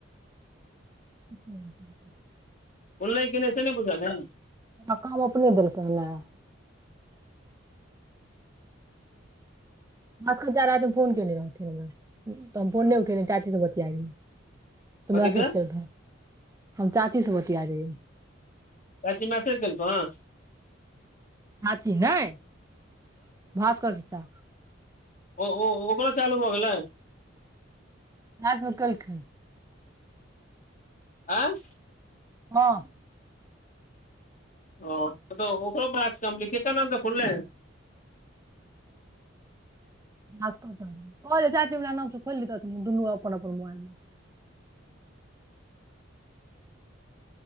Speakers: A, on the right; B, on the left.
A: <unintelligible>
B: खुललै की नइ से नहि बुझल अछि
A: आ काम अपने देलके माँ अखनका राति मे फोन केने रहथिे हम फोन नहि उठे चाची स बतियैत रहियै त
B: कथी
A: मैसेज
B: के
A: कैर द ह हम चाची स बोतीयै रहियै
B: चाची मसेज केलकौ ह
A: कि नय भास्कर चाचा
B: ओ ओ ओकरो चालू भऽ गेलै
A: रायत मे केलखिन
B: आँ
A: हां
B: ओऽ ओकरो पास कम्पली केकर नाम से खुलले <inaudible>
A: कहलिए चाची ओकरा नामसँ खोयल लेहथतिन त दुनू अपन अपन मोबाईल मे
B: <inaudible>